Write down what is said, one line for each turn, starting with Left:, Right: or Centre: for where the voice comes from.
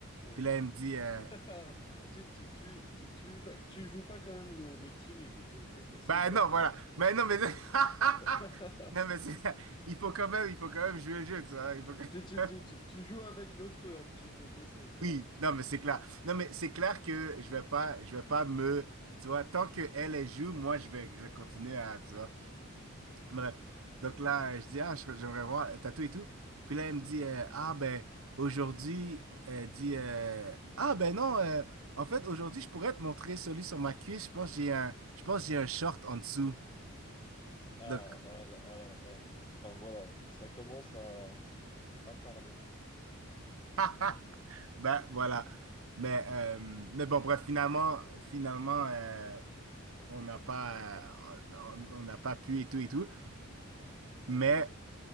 Left: oui.
Right: Puis là, elle me dit, euh,
Left: <laughs> Tu, tu, tu, tu, tu y vas. Tu joues pas quand même le, le timide, T'es- t'es- t'essayes
Right: ben
Left: quand
Right: non,
Left: même
Right: voilà.
Left: un petit peu.
Right: Mais
Left: de-
Right: non, mais. <laughs>
Left: <laughs>
Right: Non, mais c'est- il faut quand même, il faut quand même jouer le jeu, tu vois. Il faut quand-
Left: Tu, tu, tu,
Right: <laughs>
Left: tu, tu joues avec le feu un petit peu, t'essayes quand
Right: Oui,
Left: même.
Right: non, mais c'est clair. Non, mais c'est clair que je vais pas, je vais pas me. Tu vois, tant que elle elle joue, moi, je vais, je vais continuer à. Tu vois. Bref. Donc là, je dis, ah, je- j'aimerais voir le tatou et tout. Puis là, elle me dit, euh, ah, ben, aujourd'hui, elle dit, euh, ah, ben non, euh, en fait, aujourd'hui, je pourrais te montrer celui sur ma cuisse. Je pense que j'ai un, je pense que j'ai un short en dessous.
Left: Ah,
Right: Donc,
Left: ah, alors, ah, ah, voilà, ça commence à, à parler.
Right: <laughs> ben voilà. Mais, euh, mais bon, bref, finalement, finalement, euh, on n'a pas, euh, on on n'a pas pu et tout et tout. Mais
Left: Mhm.